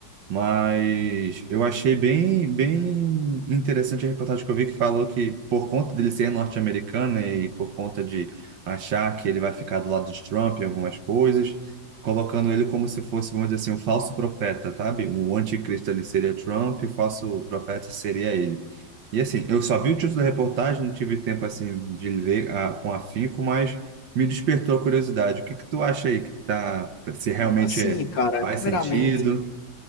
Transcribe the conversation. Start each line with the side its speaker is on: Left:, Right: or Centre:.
Right: Mas eu achei bem, bem interessante a reportagem que eu vi que falou que por conta dele ser norte-americano, né, e por conta de achar que ele vai ficar do lado de Trump em algumas coisas, colocando ele como se fosse, vamos dizer assim, um falso profeta, sabe? O anticristo ali seria Trump, o falso profeta seria ele. E assim, eu só vi o título da reportagem, não tive tempo assim de ler a, com afinco, mas me despertou a curiosidade. O que que tu acha aí que tá, se realmente
Left: Mano, assim,
Right: é-
Left: cara,
Right: faz
Left: primeiramente,
Right: sentido?